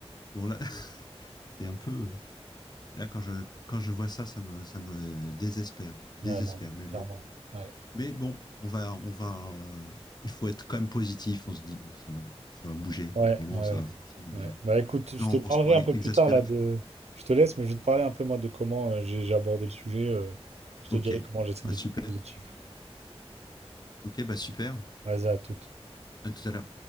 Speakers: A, on the left (about 40°); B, on the right (about 80°).
A: bon là, <laughs> c'est un peu, là quand je, quand je vois ça, ça me, ça me désespère, désespère.
B: Ouais, non, mais
A: Mais
B: clairement.
A: bon,
B: Ouais.
A: mais bon, on va, on va, euh, il faut être quand même positif. On se dit bon, ça va, ça va bouger.
B: Ouais,
A: À un moment,
B: ouais, ouais.
A: ça va forcément bouger.
B: Ouais. Bah écoute, je
A: Les gens
B: te parlerai
A: sont
B: un
A: exaspérés.
B: peu plus tard là de. Je te laisse, mais je vais te parler un peu moi de comment euh, j'ai j'ai abordé le sujet. euh, Je te
A: Ok.
B: dirai comment j'essaie
A: Bah,
B: de
A: super.
B: plus positif.
A: Ok, bah super.
B: Vas-y, à toute.
A: À tout à l'heure.